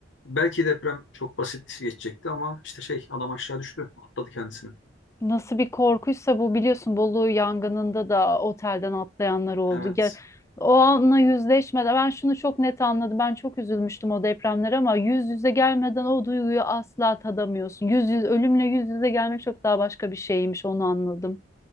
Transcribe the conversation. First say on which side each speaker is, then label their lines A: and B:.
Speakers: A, on the left; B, on the left.
A: belki deprem çok basit geçecekti ama işte şey adam aşağı düştü, atladı kendisini.
B: Nasıl bir korkuysa bu biliyorsun Bolu yangınında da otelden atlayanlar oldu.
A: Evet.
B: Ya, o anla yüzleşmeden ben şunu çok net anladım. Ben çok üzülmüştüm o depremlere ama yüz yüze gelmeden o duyguyu asla tadamıyorsun. Yüz yüz ölümle yüz yüze gelmek çok daha başka bir şeymiş onu anladım.